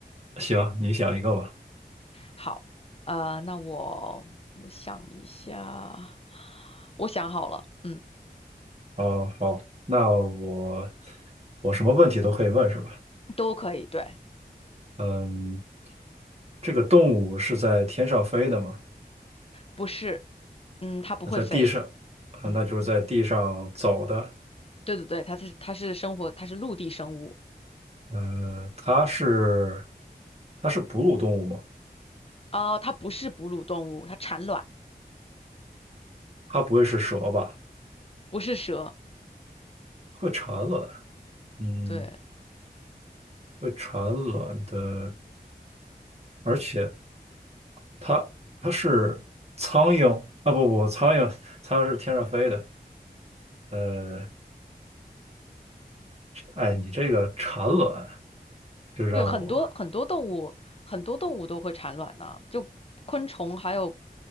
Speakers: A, on the right; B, on the left.
A: 行，你想一个吧。
B: 好，呃，那我我想一下，我想好了，嗯，
A: 哦，好，那我我什么问题都可以问是吧？
B: 都可以，对。
A: 嗯，这个动物是在天上飞的吗？
B: 不是，嗯，它不会飞，
A: 那在地上，啊，
B: 嗯，
A: 那就是在地上走的。
B: 对对对，它是它是生活，它是陆地生物，
A: 嗯，它是它是哺乳动物吗？
B: 哦，它不是哺乳动物，它产卵，
A: 它不会是蛇吧？
B: 不是蛇，
A: 会产卵，嗯，
B: 对
A: 会产卵的，而且。它它是苍蝇啊，不不，苍蝇苍蝇是天上飞的。呃，哎，你这个产卵就让我
B: 对，很多很多动物，很多动物都会产卵呢，就昆虫还有